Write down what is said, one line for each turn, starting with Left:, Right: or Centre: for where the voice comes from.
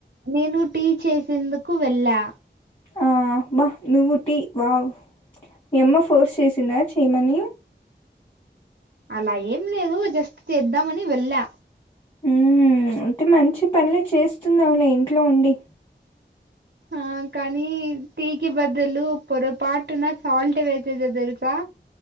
Right: నేను టీ చేసేందుకు వెళ్ళా
Left: ఆ నువ్వు టీ వావ్ మీ అమ్మ ఫోర్స్ చేసిందా చేయమని
Right: అలా ఏం లేదు జస్ట్ చేద్దామని వెళ్ళా
Left: ఉ అంటే మంచి పనులే చేస్తునావులే ఇంట్లో ఉండి
Right: ఆ కానీ టీకి బదులు పొర పాటున సాల్ట్ వేసేస తెలుసా